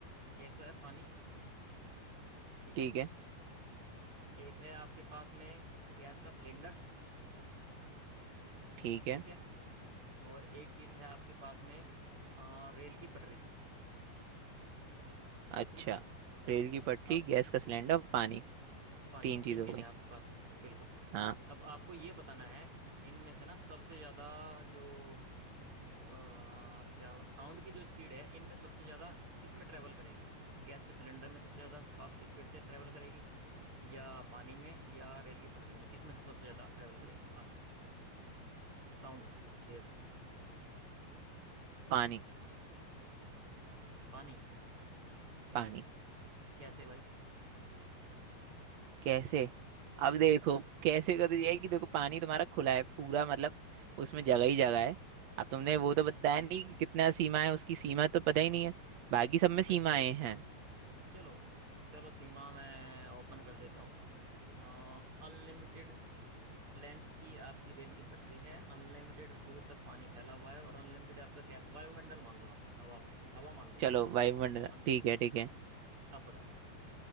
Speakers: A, on the right (about 30°); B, on the right (about 70°).
A: एक तो है पानी ठीक
B: ठीक
A: है
B: है
A: एक है आपके पास में गैस का सिलेंडर
B: ठीक है
A: ठीक है और एक चीज है आपके पास में अ, रेल की पटरी
B: अच्छा
A: ठीक
B: रेल की पटरी
A: अब
B: गैस का सिलेंडर पानी
A: पानी
B: तीन
A: तीन
B: चीज हो
A: चीज
B: गई
A: है आपके पास में बिल्कुल
B: हाँ
A: अब आपको ये बताना है इनमें से ना सबसे ज्यादा जो अ, क्या साउंड की जो स्पीड है इनमें सबसे ज्यादा किस में ट्रेवल करेगी गैस के सिलेंडर में सबसे ज्यादा फास्ट स्पीड से ट्रेवल करेगी या पानी में या रेल की पटरी में किस में से सबसे ज्यादा ट्रेवल करेगी फास्ट साउंड वेव्स
B: पानी
A: पानी
B: पानी
A: कैसे भाई
B: कैसे अब
A: हम्म
B: देखो कैसे कर दिया है कि देखो पानी तुम्हारा खुला है पूरा मतलब उसमें जगह ही जगह है अब तुमने
A: हम्म
B: वो तो बताया नहीं कि कितना सीमा है उसकी सीमा तो पता ही नहीं है बाकी सब में सीमाएं
A: भाई सीमा
B: हैं
A: चलो चलो सीमा मैं ओपन कर देता हूँ अनलिमिटेड लेंथ की आपकी रेल की पटरी है अनलिमिटेड दूर तक पानी फैला हुआ है और अनलिमिटेड आपका गैस वायुमंडल मान लो आप हवा में हवा मान लो
B: चलो
A: आप ठीक
B: वायुमंडल
A: है अनलिमिटेड
B: ठीक है ठीक है
A: आप बताओ